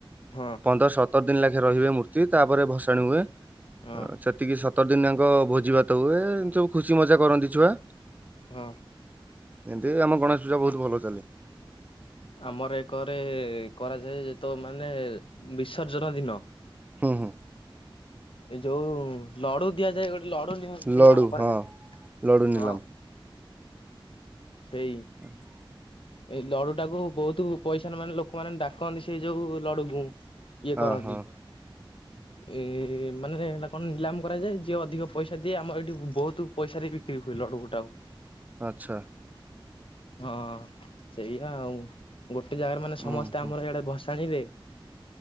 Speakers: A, on the left; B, on the right.
A: ହଁ।
B: ପନ୍ଦର ସତର ଦିନ୍ ଲାଖେ ରହିବେ ମୂର୍ତ୍ତି ତାପରେ ଭସାଣି ହୁଏ
A: ହଁ
B: ସେ ଏତିକି ସତର ଦିନାଙ୍କ ଭୋଜି ଭାତ ହୁଏ ଏନ୍ତି ସବୁ ଖୁସି ମଜା କରନ୍ତି ଛୁଆ।
A: ହଁ।
B: ଏମିତି ରେ ଆମ ଗଣେଶ ପୂଜା ବହୁତ ଭଲ ଚାଲେ।
A: ଆମର ଏକରେ କରାଯାଏ ଯେତକ ମାନେ ବିସର୍ଜନ ଦିନ
B: ହୁଁ ହୁଁ।
A: ଏଇ ଯୋଉ ଲଡୁ ଦିଆଯାଏ ଗୋଟେ ଲଡୁ ନି
B: ଲଡୁ
A: ନିଲାମ କରାଯାଏ।
B: ହଁ। ଲଡୁ ନିଲାମ
A: ହଁ। ଏଇ
B: <inaudible>
A: ଏଇ ଲଡୁ ଟାକୁୁ ବହୁତୁ ପଇସାରେ ମାନେ ଲୋକମାନେ ଡାକନ୍ତି ସେଇ ଯୋଉ ଲଡୁକୁ। ମୁଁ ଇଏ
B: ହଁ
A: କରନ୍ତି।
B: ହଁ
A: ଏ ମାନେ ନା କଣ ନିଲାମ୍ କରାଯାଏ ଯିଏ ଅଧିକ ପଇସା ଦିଏ ଆମର ଏଇଠି ବହୁତୁ ପଇସାରେ ବିକ୍ରି ହୁଏ ଲଡୁ ଗୋଟାକ।
B: ଆଚ୍ଛା।
A: ହଁ ସେଇଆ ଆଉ ଗୋଟେ ଜାଗାରେ ମାନେ
B: ହୁଁ
A: ସମସ୍ତେ
B: ହୁଁ
A: ଆମର ଇଆଡେ ଭସାଣିରେ